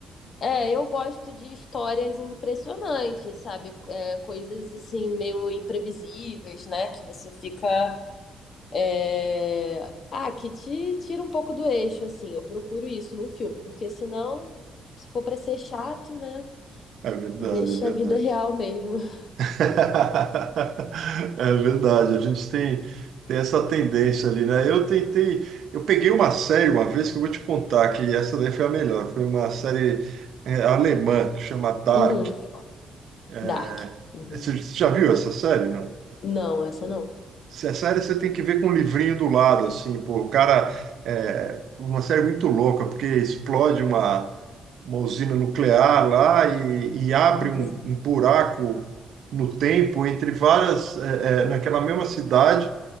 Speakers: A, on the left; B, on the right.
A: É, eu gosto de histórias impressionantes, sabe? É, coisas assim meio imprevisíveis, né? Que você fica É, Ah, que te tira um pouco do eixo, assim. Eu procuro isso num filme, porque senão, se for pra ser chato, né?
B: É verdade,
A: Deixa
B: é verdade.
A: a vida real mesmo. <laughs>
B: <laughs> É verdade, a gente tem, tem essa tendência ali, né? Eu tentei, eu peguei uma série uma vez que eu vou te contar que essa daí foi a melhor. Foi uma série é, alemã que chama Dark.
A: Uhum.
B: É,
A: Dark. Uhum.
B: é, você já viu essa série, não?
A: Não, essa não.
B: Se a série você tem que ver com um livrinho do lado, assim, pô, o cara é uma série muito louca, porque explode uma uma usina nuclear lá e, e abre
A: Uhum.
B: um, um buraco no tempo entre várias, eh, eh, naquela mesma cidade